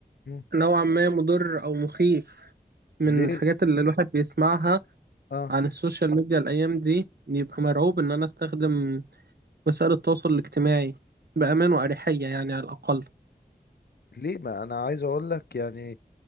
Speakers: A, on the left; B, on the right.
A: مم.
B: نوعا ما مضر او مخيف من
A: ليه
B: الحاجات اللي الواحد بيسمعها
A: اه
B: عن السوشيال ميديا الايام دي يبقى مرعوب ان انا استخدم وسائل التواصل الاجتماعي بامان واريحيه يعني على الاقل
A: ليه ما انا عايز اقول لك يعني